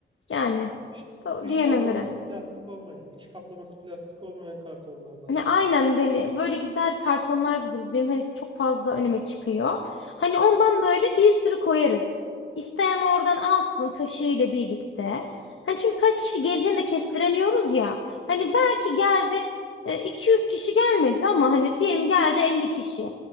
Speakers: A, on the left; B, on the right.
A: yani.
B: Dış,
A: To-
B: dış
A: Diğerine
B: kaplaması
A: göre.
B: plastik olmayan, iç kaplaması plastik olmayan kartonlardan
A: Ya
B: lazım.
A: Aynen hani böyle güzel kartonlar buluruz. Benim hani çok fazla önüme çıkıyor. Hani ondan böyle bir sürü koyarız. İsteyen oradan alsın kaşığıyla birlikte. Hani çünkü kaç kişi geleceğini de kestiremiyoruz ya. Hani belki geldi e, 200 kişi gelmedi ama hani diyelim geldi 50 kişi.